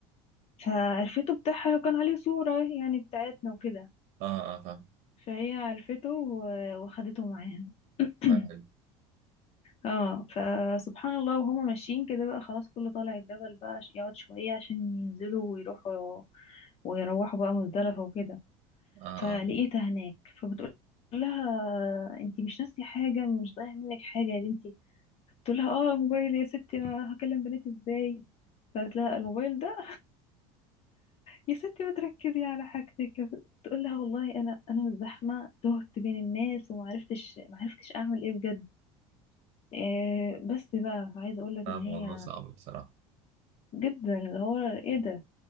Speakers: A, on the left; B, on the right.
A: فعرفته بتاعها وكان عليه صورة يعني بتاعتنا وكده
B: اه اه فاهم
A: فهي عرفته و- وخدته معاها <clears throat>
B: الله يحب
A: اه فسبحان الله وهما ماشيين كده بقى خلاص كله طالع الجبل بقى ش- يقعد شوية عشان ينزلوا ويروحوا ويروحوا بقى مزدلفة وكده
B: اه اه
A: فلقيتها
B: فاهم.
A: هناك فبتقول لها انتي مش ناسية حاجة مش ضايع منك حاجة يا بنتي بتقول لها اه موبايل يا ستي انا هكلم بناتي ازاي فقالت لها الموبايل ده يا ستي ما تركزي على حاجتك تقول لها والله انا انا من الزحمة تهت بين الناس وما عرفتش ما عرفتش اعمل ايه بجد إيه بس بقى عايزة اقول لك
B: اه
A: ان
B: الموضوع
A: هي
B: صعب بصراحة
A: جدا اللي هو ايه ده